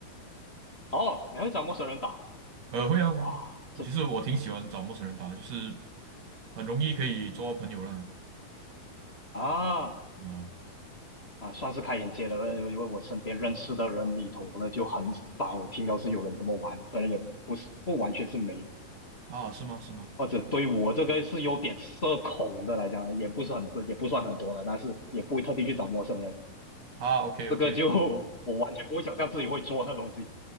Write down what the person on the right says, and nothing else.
呃，会啊会啊。
其实我挺喜欢找陌生人打，就是很容易可以做到朋友啦。
啊
啊，是吗？是吗？
啊，OK
OK，